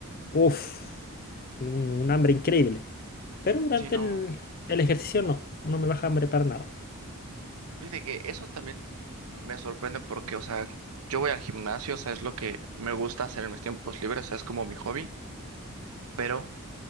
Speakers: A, on the left (about 40°); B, on the right (about 75°).
A: uff, un, un hambre increíble. Pero durante
B: sí, no.
A: el, el ejercicio
B: mo-
A: no, no me baja hambre para nada.
B: Fíjate que eso también me sorprende porque, o sea, yo voy al gimnasio, o sea, es lo que me gusta hacer en mis tiempos libres, o sea, es como mi hobby, pero